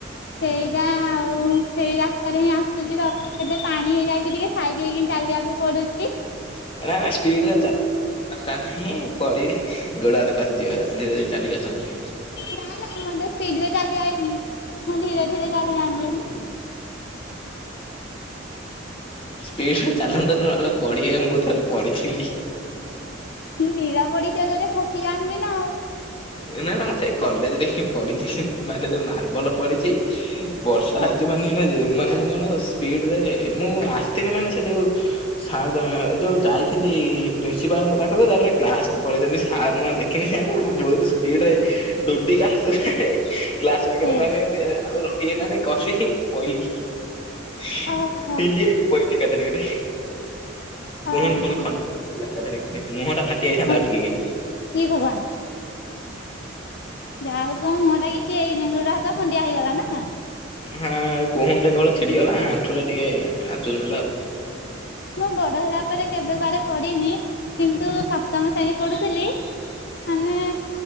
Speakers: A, on the left; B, on the left.
A: ସେଇଟା ଆଉ ହୁଁ ସେଇ ରାସ୍ତାରେ ହିଁ ଆସୁଛି ତ ଏତେ ପାଣି ହେଇଯାଇଛି ଟିକେ ସାଇଡ ହେଇକି ଚାଲିବାକୁ ପଡୁ
B: <unintelligible> ସ୍ପୀଡରେ ଚା ଦକାର ନାହିଁ ପଡିବେ ଗୋଡ ହାତ ଖସିଯିବ ଧୀରେ ଧୀରେ ଚାଲିକି ଆସନ୍ତୁ।
A: ନାଁ ନା ମୁଁ ତ ସ୍ପିଡ ରେ ଚାଲି ଆଇଲି, ମୁଁ ଧୀରେ ଧୀରେ ଚାଲି ଯାଆନ୍ତି।
B: ସ୍ପିଡରେ
A: ଯାଆନ୍ତି
B: ଚାଲନ୍ତୁନି ନହେଲେ ପଢ଼ିବେ ମୁଁ ଥରେ ପଢିଥିଲି
A: ନିରା <unintelligible> ଖସିଯାଆନ୍ତି ନା ଆଉ,
B: ନା ନା ମୁଁ ସେଇ କଲେଜରେ ହିଁ ପଢିଛି ମାନେ ଯୋଉ ମାର୍ବଲ ପଢିଛି ବର୍ଷା
A: ହଁ
B: ହେଇଛି ମାନେ ଏ ମାନେ ମୁଁ କଣ ସ୍ପିଡରେ ମୁଁ ଆସ୍ ଥିଲି ମାନେ ସେ ଯୋଉ ସାର୍ ଏ ଯୋଉ ଯାଇଥିଲି ପ୍ରିନ୍ସିପାଲଙ୍କ ପାଖକୁ ତାପରେ କ୍ଲାସକୁୁ ପଳେଇଛନ୍ତି ସାର୍ ମୁଁ ଆଉ ଦେଖି <unintelligible> <unintelligible>
A: ଏ
B: ପାଖ ମାନେ ଆଉ ରହିହେଲା ନାହିଁ। କସି ପହିଲି। ହିଙ୍ଗି
A: ଓହୋ
B: ହୋଇକି ପାଇଲି ଏକାଥରେକେ
A: ଓହୋ
B: କହୁଣୀ ଫାଉଣି ଖ ମୁହଁ ଟା ଫାଟି ଯାଇଥାନ୍ତା
A: ହଁ
B: ଆଉ ଟିକେକେ।
A: କି ଭବାନ। ଯାହା ହଉ କଣ ମୁହଁ ଟା କିଛି ହେଇନି ଗୋଡ଼ ହାତ ଖଣ୍ଡିଆ ହେଇଗଲା ନା।
B: ହଁ କହୁଣୀ ଟା କେବଳ ଛିଡିଗଲା ଆଣ୍ଠୁ ଟା ଟିକେ ଆଚୁରି ନେଲା ଆଉ
A: ମୁଁ ବଡ ହେଲା ପରେ କେବେ କୁଆଡେ ପଡିନି, କିନ୍ତୁ ସପ୍ତମ ଶ୍ରେଣୀ ପଢୁଥିଲି ମାନେ